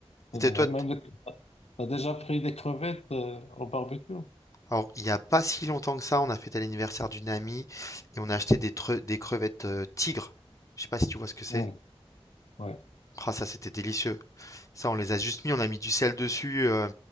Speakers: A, on the left (about 75°); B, on the left (about 30°).
A: Même,
B: Et t'es- toi, t-
A: les- t'as déjà pris des crevettes euh, au barbecue?
B: alors, il n'y a pas si longtemps que ça, on a fêté l'anniversaire d'une amie et on a acheté des, tre- des crevettes euh, tigres. Je sais pas si tu vois ce que c'est.
A: Oui, ouais,
B: Ah, ça, c'était délicieux. Ça, on les a juste mis, on a mis du sel dessus euh,